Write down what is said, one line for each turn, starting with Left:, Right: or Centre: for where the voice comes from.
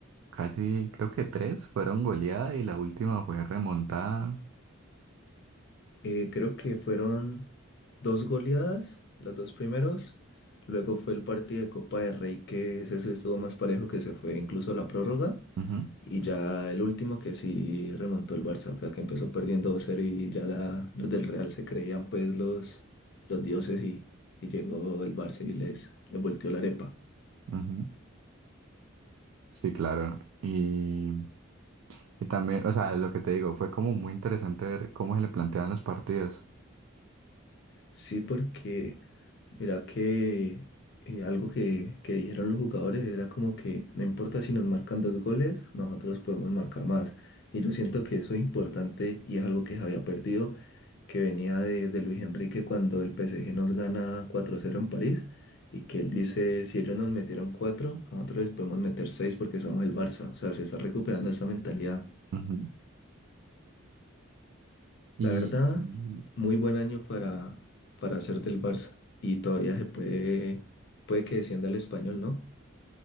Right: casi, creo que tres fueron goleadas y la última fue remontada.
Left: Eh, creo que fueron dos goleadas, los dos primeros. Luego fue el partido de Copa de Rey que ese sí estuvo más parejo que se fue incluso a la prórroga.
Right: Ujú,
Left: Y ya el último que sí remontó el Barça, o sea, que empezó perdiendo dos cero y ya la- los del Real se creían pues los, los dioses y, y llegó el Barça y les, les volteó la arepa.
Right: ujú. Sí, claro. Y, y también, o sea, lo que te digo, fue como muy interesante ver cómo se le planteaban los partidos.
Left: Sí, porque mira que eh, algo que, que dijeron los jugadores era como que no importa si nos marcan dos goles, nosotros podemos marcar más. Y yo siento que eso es importante y es algo que se había perdido que venía de, de Luis Enrique cuando el PSG nos gana 4-0 en París y que él dice, si ellos nos metieron 4 nosotros les podemos meter 6 porque somos el Barça. O sea, se está recuperando esa mentalidad.
Right: Ujú. Y
Left: La verdad,
Right: y-
Left: muy buen año para, para hacer del Barça y todavía se puede, puede que descienda el español, ¿no?